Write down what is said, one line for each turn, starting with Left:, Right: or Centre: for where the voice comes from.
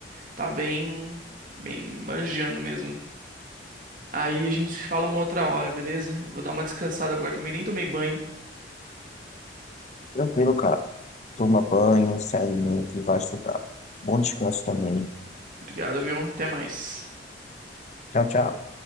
Right: tá bem, bem manjando mesmo. Aí a gente se fala uma outra hora, beleza? Eu Vou dar uma descansada agora também, nem tomei banho.
Left: Tranquilo, cara. Toma banho, se alimente e vai estudar. Bom descanso também.
Right: Obrigado, viu? Até mais.
Left: Tchau, tchau.